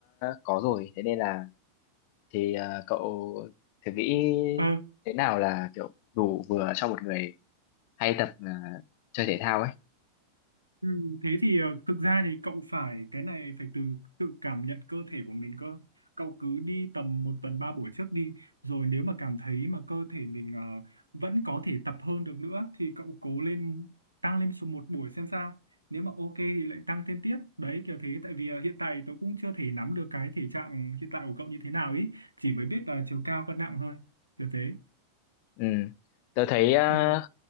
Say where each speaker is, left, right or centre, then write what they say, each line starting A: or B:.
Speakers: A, on the left; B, on the right.
A: có rồi, thế nên là thì à, cậu thử nghĩ
B: Ờ,
A: thế nào là kiểu đủ vừa cho một người hay tập à, chơi thể thao ấy
B: Ừ, thế thì ờ, thực ra thì cậu phải cái này phải từ tự cảm nhận cơ thể của mình cơ cậu cứ đi tầm một tuần ba buổi trước đi rồi nếu mà cảm thấy mà cơ thể mình ờ, vẫn có thể tập hơn được nữa thì cậu cố lên tăng lên số một buổi xem sao nếu mà ok thì lại tăng thêm tiếp đấy kiểu thế tại vì ờ, hiện tại tớ cũng chưa thể nắm được cái thể trạng hiện tại của cậu như thế nào ý chỉ mới biết là chiều cao cân nặng thôi kiểu thế
A: ừ. tớ thấy à,
B: ừ.